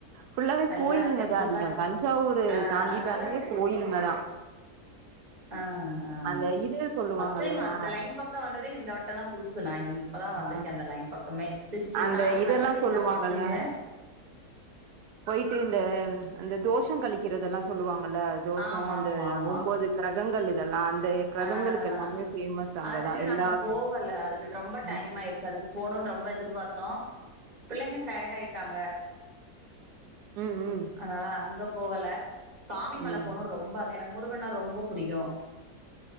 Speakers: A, on the right; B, on the right.
A: ஃபுல்லாவே
B: நல்லா
A: கோயிலுங்கதா
B: டெம்பிள்ஸா
A: அதிக
B: இரு
A: தஞ்சாவூர்
B: ஆ
A: தாண்டினாலே
B: அதனால
A: கோயிலுங்க தா
B: ஆ ஆன்
A: அந்த இது சொல்லுவாங்க
B: ஃபஸ்ட் டைம்
A: இல்லையா
B: அந்த லைன் பக்கம் வந்ததே இந்த வட்டந்தான் புதுசு நா இப்பதான் வந்திருக்கேன்
A: ஆ
B: அந்த லைன் பக்கமே திருச்சிய
A: அந்த
B: தாண்டி
A: இதெல்லா
B: வந்ததே
A: சொல்லுவாங்கல்ல
B: இதா ஃபஸ்ட்டைமு
A: போயிட்டு இந்த அந்த தோஷம் கழிக்கிறதல்லா சொல்லுவாங்கல்ல தோஷோ
B: ஆமாமாமா.
A: அந்த ஒம்போது கிரகங்கள் இதெல்லாம் அந்த கிரகங்களுக்கு
B: அ அ
A: எல்லாமே ஃபேமஸ் அங்கதா
B: அதுக்கு
A: எல்லா
B: நாங்க போவல
A: க
B: அதுக்கு ரொம்ப டைம்
A: ம்
B: ஆய் ச்சு அதுக்கு போணோன் ரொம்ப எதிர்பார்த்தோ பிள்ளைங்க டையடாயிட்டாங்க
A: ம்
B: அதனால அங்க போகல சாமி மல
A: ம்
B: போனோ ரொம் ப அது எனக்கு முருகன்னா ரொம்ப புடிக்கூ